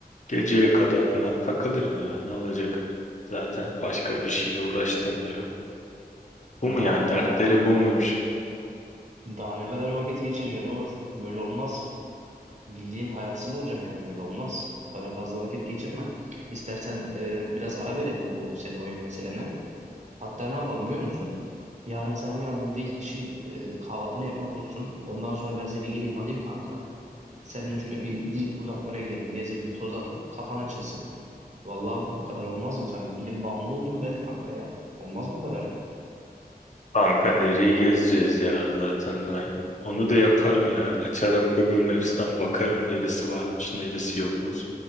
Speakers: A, on the left (about 50°); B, on the right (about 45°).
A: geceye kadar filan takılırım ya. Ne olacak? Zaten başka bir şeyle uğraştığım da yok. Bu mu
B: Daha
A: yani? Dertleri
B: daha
A: bu muymuş?
B: daha ne kadar vakit geçireceksin Uğur? Böyle olmaz. Bildiğin hayatsız olacaksın yani böyle olmaz. Bu kadar fazla vakit geçirme. İstersen e, biraz ara verelim bu senin oyun meselene. Hatta ne yapalım biliyor musun? Yarın sen uyandığında ilk işin e, kahvaltını yapmak olsun. Ondan sonra ben seni geleyim alayım kanka. Seninle şöyle bir di- uzaklara gidelim, gezelim, tozalım. Kafan açılsın. Vallahi bu kadar olmaz mı? Sen bildiğin bağımlı oldun be kanka ya. Olmaz bu kadar.
A: Kanka nereyi gezeceğiz ya zaten ben. Onu da yaparım ya. Açarım Google Maps'ten bakarım neresi varmış, neresi yokmuş.